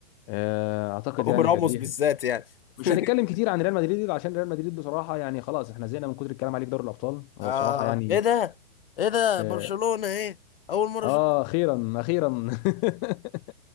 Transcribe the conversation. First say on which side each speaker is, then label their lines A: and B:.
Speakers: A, on the left; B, on the left.
A: آه، اعتقد
B: <laughs>
A: يعني
B: وراموس
A: كانت دي
B: بالذات يعني
A: مش
B: <laughs>
A: هنتكلم كتير عن ريال مدريد عشان ريال مدريد بصراحه يعني خلاص احنا زهقنا من كتر الكلام عليه في دوري الابطال هو
B: آه
A: بصراحه يعني
B: إيه ده إيه ده
A: اه
B: برشلونة إيه أول مرة
A: آه،
B: أشوف
A: اخيرا اخيرا <laughs>